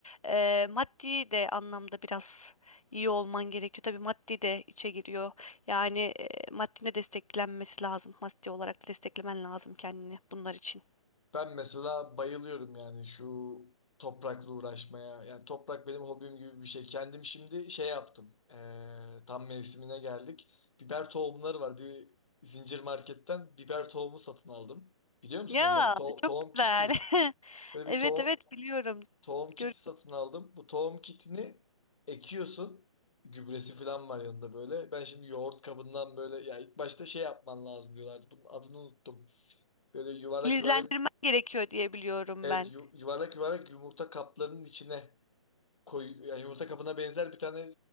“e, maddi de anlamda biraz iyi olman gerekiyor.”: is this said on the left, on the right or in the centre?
Left